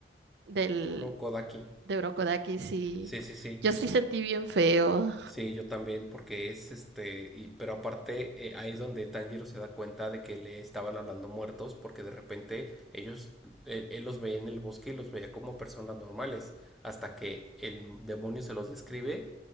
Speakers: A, on the right; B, in the centre.
A: del,
B: de Urokodaki.
A: de Urokodaki, sí.
B: Sí, sí, sí.
A: Yo sí sentí bien feo.
B: Sí, yo también, porque es este, y- pero aparte eh, ahí es donde Tanjiro se da cuenta de que le estaban hablando muertos, porque de repente ellos, él, él los veía en el bosque y los veía como personas normales, hasta que el demonio se los describe